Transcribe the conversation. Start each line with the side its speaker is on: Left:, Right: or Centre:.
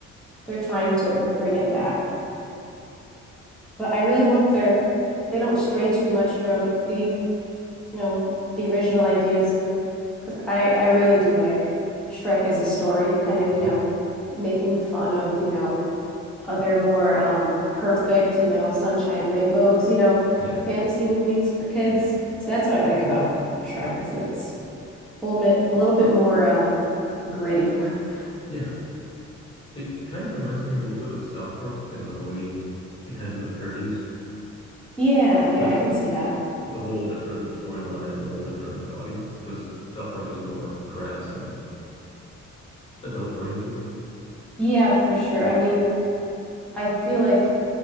Centre: they're trying to bring it back. But I really hope they're they don't stray too much from the, you know, the original ideas because I I really do like Shrek as a story, kind of,
Left: hmm
Centre: you know, making fun of, you know, other more um, perfect, you know, sunshine and rainbows, you know,
Left: Yeah.
Centre: fantasy movies for kids.
Left: Yeah.
Centre: So that's what I like about Shrek is it's a little bit a little bit more um, gritty. <laughs>
Left: Yeah. It, it kind of reminds me a little bit of South Park in the way they kind of do the parodies.
Centre: Yeah, yeah,
Left: But it's
Centre: I can see that.
Left: it's a whole different storyline and a whole different like audience because South Park is more crass and adult oriented.
Centre: Yeah, for sure. I mean, I feel like